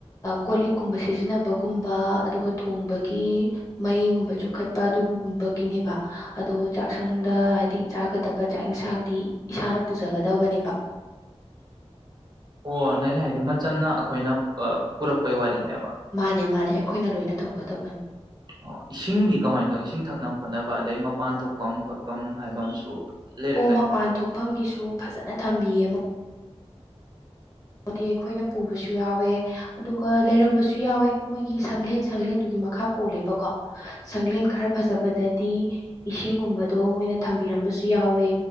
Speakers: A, on the left; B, on the right.
A: ꯀꯣ ꯂꯤꯛ ꯀꯨꯝꯕ ꯁꯤꯖꯤꯟꯅꯕꯒꯨꯝꯕ ꯑꯗꯨꯒ ꯊꯣꯡꯕꯒꯤ ꯃꯩꯒꯨꯝꯕ ꯆꯨꯞꯈꯠꯄ ꯑꯗꯨꯒꯨꯝꯕꯒꯤꯅꯦꯕ ꯑꯗꯣ ꯆꯥꯛꯁꯪꯗ ꯍꯥꯏꯗꯤ ꯆꯥꯒꯗꯕ ꯆꯥꯛ ꯏꯟꯁꯥꯡꯗꯤ ꯏꯁꯥꯅ ꯄꯨꯖꯒꯗꯕꯅꯦꯕ
B: ꯑꯣ ꯅꯪ ꯍꯥꯏꯗꯤ ꯃꯆꯟꯅ ꯑꯩꯈꯣꯏꯅ ꯄꯨꯔꯛꯄꯩ ꯋꯥꯔꯤꯅꯦꯕ
A: ꯃꯥꯅꯦ ꯃꯥꯅꯦ ꯑꯩꯈꯣꯏꯅ ꯂꯣꯏꯅ ꯇꯧꯒꯗꯧꯕꯅꯦ
B: ꯑꯣ ꯏꯁꯤꯡꯗꯤ ꯀꯃꯥꯏꯅ ꯇꯧ ꯏꯁꯤꯡ ꯊꯛꯅꯕ ꯈꯣꯠꯅꯕ ꯑꯗꯩ ꯃꯄꯥꯟ ꯊꯣꯛꯐꯝ ꯈꯣꯠꯐꯝ ꯍꯥꯏꯕ ꯑꯃꯁꯨ ꯂꯩꯔꯛꯀꯅꯤꯗꯅ
A: ꯑꯣ ꯃꯄꯥꯟ ꯊꯣꯛꯐꯝꯒꯤꯁꯨ ꯐꯖꯅ ꯊꯝꯕꯤꯌꯦ ꯃ ꯗꯤ ꯑꯩꯈꯣꯏꯅ ꯄꯨꯕꯁꯨ ꯌꯥꯎꯋꯦ ꯑꯗꯨꯒ ꯂꯩꯔꯝꯕꯁꯨ ꯌꯥꯎꯋꯦ ꯃꯣꯏꯒꯤ ꯁꯪꯂꯦꯟ ꯁꯪꯂꯦꯟꯗꯨꯒꯤ ꯃꯈꯥ ꯄꯣꯜꯂꯦꯕꯀꯣ ꯁꯪꯂꯦꯟ ꯈꯔ ꯐꯖꯕꯗꯗꯤ ꯏꯁꯤꯡꯒꯨꯝꯕꯗꯣ ꯃꯣꯏꯅ ꯊꯝꯕꯤꯔꯝꯕꯁꯨ ꯌꯥꯎꯋꯦ